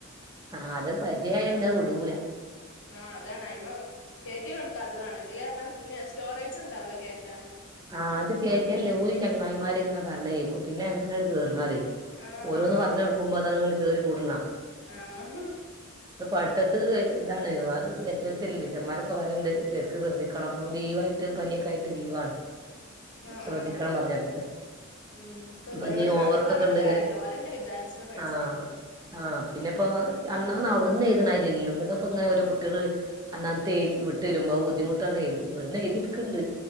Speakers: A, on the right (about 20°); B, on the left (about 60°).
A: ആഹ് അത് പര്ചയായ പിന്നെ അയ് വിടൂല.
B: ആഹ് അതാണ് അയിമാ കേറ്റി കൊട്ക്കാത്തതാണ് ഇതിലറ്ഞ്ഞാ പിന്നെ സ്റ്റോറേജ്ണ്ടാവുല കേറ്റാന്.
A: ആഹ് അത് കേറ്റേല്ല ഓര് ചെങ്ങായ്മാര്ങ്ങനെ പറ്ഞ്ഞേ കേക്കും പിന്നങ്ങനാണ് കേറ്ണതേ
B: ആഹ്
A: ഓരോന്ന്
B: അതാണ്
A: പറഞ്ഞൊട്ക്കുമ്പോ അതങ്ങ്നെ കേറി കൂട്ണാ.
B: ആഹ്
A: അത് പഠ്ത്തത്ത് ക ഇതാണ് വേറെ എസ് എൽ സ്യല്ലെ സാറ്മാരൊക്കെ പറയ്ണ്ട് ശെര്ക്ക് ശ്രദ്ധിക്കണം പ്പൊ ലീവായിട്ട് പനിഒക്കായിട്ട് ലീവാണ്.
B: ആഹ്
A: ശ്രദ്ധിക്കണം
B: ആഹ്
A: പറഞ്ഞെടുക്ക
B: ഉം ഇപ്പബലോടപ്പോ
A: അപ്പൊ ഇനി ഓവർക്കൊക്കെ
B: അമ്മള് പറഞ്ഞ്ട്ട്
A: ഉണ്ട് ഇങ്ങനെ
B: കാര്യല്ല ഓലെന്നെ വിചാര്ച്ച ന്നും പഠ്ച്ചണെങ്കീ.
A: ആഹ് ആഹ് പിന്നെപ്പോ അന്നാന്ന് അവ്ട്ന്ന് എഴ്ത്ണാര്യല്ലോ ഇവട്ന്ന്പ്പങ്ങനെ ഒരോ കുട്ട്യള്. അന്നാന്നത്തെ വിട്ടരുമ്പോ ബുദ്ധിമുട്ടാണ് എഴുത് ഇവട്ന്ന് എഴ്തിട്ക്ക്ണ്ട്.